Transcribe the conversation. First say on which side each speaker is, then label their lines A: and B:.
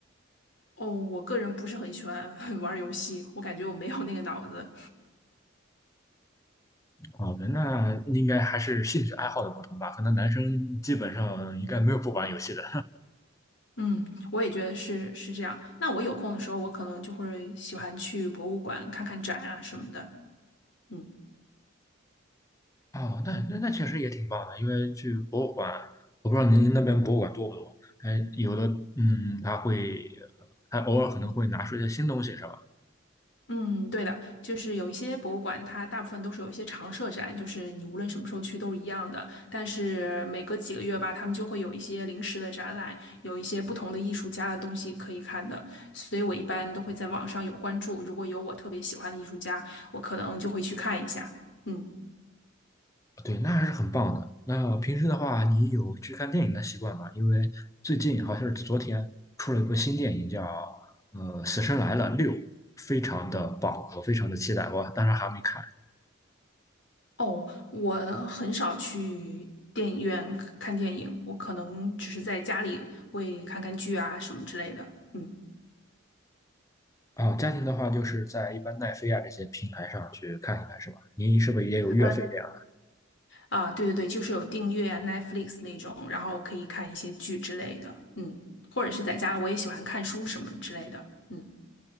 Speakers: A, on the left; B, on the left.
A: 哦，我个人不是很喜欢 <laughs> 玩儿游戏，我感觉我没有那个脑子。
B: 好的，那应该还是兴趣爱好的不同吧。可能男生基本上应该没有不玩游戏的。
A: 嗯，我也觉得是是这样。那我有空的时候，我可能就会喜欢去博物馆看看展啊什么的。嗯
B: 哦，那那那确实也挺棒的，因为去博物馆，我不知道您那边博物馆多不多？哎，有的，嗯，他会，呃他偶尔可能会拿出一些新东西，是吧？
A: 嗯，对的，就是有一些博物馆，它大部分都是有一些常设展，就是你无论什么时候去都是一样的。但是每隔几个月吧，他们就会有一些临时的展览，有一些不同的艺术家的东西可以看的。所以我一般都会在网上有关注，如果有我特别喜欢的艺术家，我可能就会去看一下。嗯。
B: 对，那还是很棒的。那平时的话，你有去看电影的习惯吗？因为最近好像是昨天出了一部新电影叫，呃，《死神来了六》，非常的棒，我非常的期待，我当然还没看。
A: 哦，我很少去电影院看电影，我可能只是在家里会看看剧啊什么之类的。嗯，
B: 啊、家庭的话就是在一般奈飞啊这些平台上去看一看，是吧？您是不是也有月费这样？
A: 嗯，啊，对对对，就是有订阅啊 Netflix 那种，然后可以看一些剧之类的。嗯，或者是在家，我也喜欢看书什么之类的。嗯。